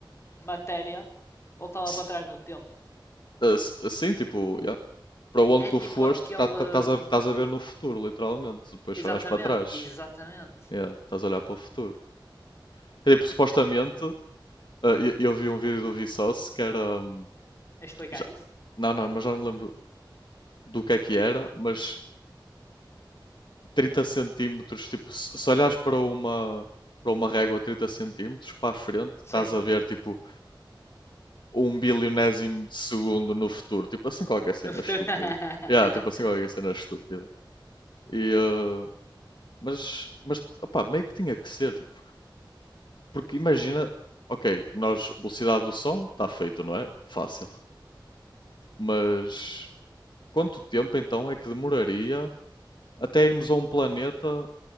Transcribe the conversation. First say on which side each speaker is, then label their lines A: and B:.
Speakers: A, on the left; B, on the left.
A: matéria voltava
B: Se-
A: para trás no tempo.
B: ah, se- Sim, tipo, yeah, Para onde
A: É
B: tu
A: tipo
B: foste,
A: aquele.
B: tá- tá- estás a,
A: hum,
B: estás a ver no futuro, literalmente. Depois
A: Exatamente,
B: só olhas para trás.
A: exatamente.
B: Yeah, estás a olhar para o futuro. É, tipo, supostamente Ah, e- eu vi um vídeo do Vsauce que era. hum,
A: A explicar
B: já-
A: isso?
B: não, não, mas já não me lembro do que é que era, mas 30 centímetros, tipo, se, se olhares para uma, para uma régua 30 centímetros para a frente, estás
A: Sim.
B: a ver, tipo, um bilionésimo de segundo no futuro. Tipo assim, qualquer cena
A: No futuro.
B: estúpida.
A: <laughs>
B: Yeah, tipo assim, qualquer cena estúpida. E, ah, mas, mas, opá, meio que tinha que ser, tipo, porque imagina, ok, nós, velocidade do som, está feito, não é? Fácil. Mas Quanto tempo então é que demoraria até irmos a um planeta